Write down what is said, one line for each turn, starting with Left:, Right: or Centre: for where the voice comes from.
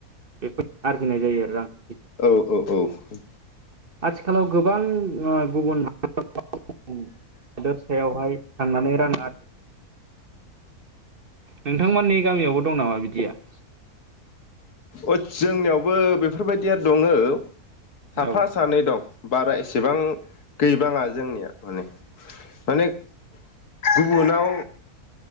Right: <unintelligible> आरजिनाय जायो आरो <unintelligible>
Left: औ औ औ । <unintelligible>
Right: आथिखालाव गोबां ओ गुबुन <unintelligible> सायावहाय थांनानै रां <unintelligible> नोंथांमोननि गामियावबो दं नामा बिदिया?
Left: अ जोंनियावबो बेफोरबायदिया दङो । साफा
Right: औ
Left: सानै दं । बारा एसेबां गैबाङा जोंनिया माने माने गुबुनाव